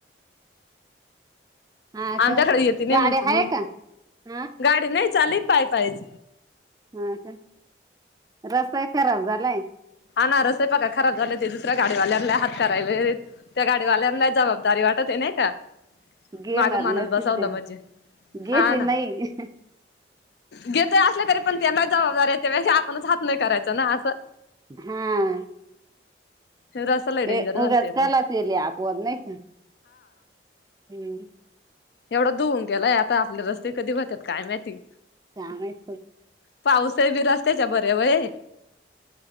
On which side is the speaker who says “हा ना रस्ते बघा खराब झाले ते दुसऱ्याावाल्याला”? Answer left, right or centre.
Left